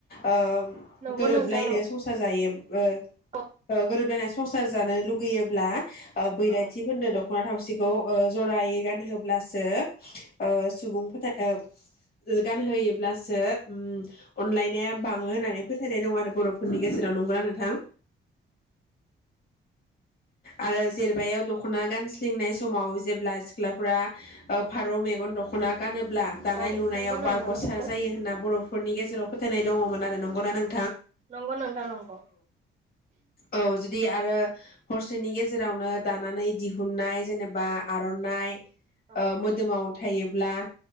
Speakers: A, on the left; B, on the right.
A: ओ
B: नंगौ
A: गोरोबलायनो
B: नोंथां नं
A: संसार जायो ओ
B: औ
A: ओ गोरोबलाइना संस संसार जानो लुगैयोब्ला बैराथिफोरनो
B: औ
A: दख खना थावसिखौ ओ जरायै गानहोब्लासो सो ओ सुबुं फोथा
B: औ
A: ओ गानहोयोब्लासो अनलायनाया बाङो होननानै फोथायनाय दं ।आरो बर फोरनि गेजेराव नंगौना नोंथां? आरो जेरबायाव दख खना गानसलिंनाय समाव जेब्ला सि सिख्लाफ्रा ओ फारौ मेगन दखना गानोब ब्ला दानाय
B: औ
A: लुनायाव
B: नंगौ
A: बारग
B: नंगौ
A: सार
B: थिगखौ
A: जायो होनना बर'फो नि गेजेराव फोथायनाय दङमोन आरो नंगौना नों
B: नंगौ नोंथा नंगौ।
A: औ जुदि आरो हरसेनि गेजेरावनो दानानै दिहुननाय जेनेबा आर'नाइ
B: औ
A: मोदोमाव था थायोब्ला